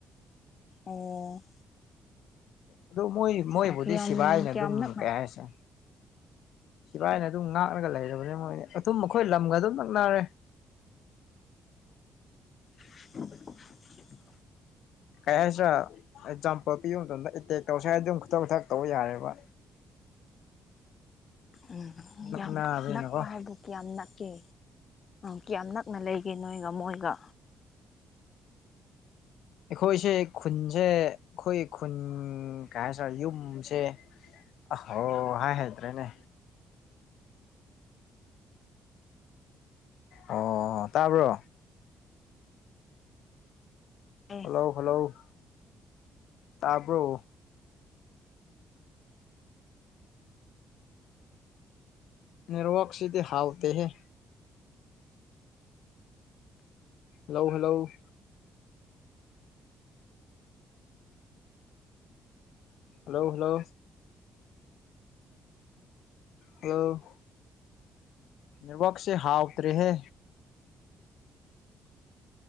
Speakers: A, on the left (about 45°); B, on the left (about 80°).
A: ꯑꯣ
B: ꯑꯗꯨ ꯃꯣꯏ
A: ꯑꯠꯆꯥ
B: ꯃꯣꯏꯕꯨꯗꯤ
A: ꯑꯠꯆꯥ ꯀꯌꯥꯝ
B: ꯁꯤꯕꯥꯥꯏꯅ ꯑꯗꯨꯝ
A: ꯀꯌꯥꯝ ꯅꯛꯅ
B: ꯀꯩ ꯍꯥꯏꯁꯦ ꯁꯤꯕꯥꯥꯏꯅ ꯑꯗꯨꯝ ꯉꯥꯛꯂꯒ ꯂꯩꯔꯕꯅꯤ ꯃꯣꯏꯅꯤ ꯑꯗꯨꯝ ꯑꯩꯣꯏ ꯂꯝꯒ ꯑꯗꯨꯝ ꯅꯛꯅꯔꯦ
A: <unintelligible>
B: ꯀꯍꯥꯏꯆꯥ ꯑꯦꯛꯖꯥꯝꯄꯜ ꯄꯤꯕ ꯃꯇꯝꯗ ꯑꯦꯇꯦꯛ ꯇꯧꯁꯦ ꯍꯥꯏ ꯑꯗꯨꯝ ꯈꯨꯊꯛ ꯈꯨꯊꯛ ꯇꯧꯕ ꯌꯥꯔꯦꯕ
A: ꯎꯝ
B: ꯅꯛꯅꯕꯅꯤꯅꯀꯣ
A: ꯌꯥꯝ ꯅꯛꯄ ꯍꯥꯏꯕꯨ ꯀꯌꯥꯝ ꯅꯛꯀꯦ ꯀꯌꯥꯝ ꯅꯛꯅ ꯂꯩꯒꯦ ꯅꯣꯏꯒ ꯃꯣꯏꯒ
B: ꯑꯩꯈꯣꯏꯁꯦ ꯈꯨꯟꯁꯦ ꯑꯩꯈꯣꯏ ꯈꯨꯟ ꯀꯩ ꯍꯥꯏꯁꯤꯔ ꯌꯨꯝꯁꯦ ꯑꯣ ꯍꯣ ꯍꯥꯏ ꯍꯩꯇ꯭ꯔꯦꯅꯦ ꯑꯣ ꯑꯣ ꯇꯥꯕ꯭ꯔꯣ
A: ꯑꯦ
B: ꯍꯜꯂꯣ ꯍꯜꯂꯣ ꯇꯥꯔꯕ꯭ꯔꯣ ꯅꯅꯤꯔꯋꯛꯁꯤꯗꯤ ꯍꯥꯎꯇꯍ hello hello hello hello hello ꯅꯦꯋꯥꯛꯁꯦ ꯍꯥꯥꯎꯇꯔꯦꯍꯦ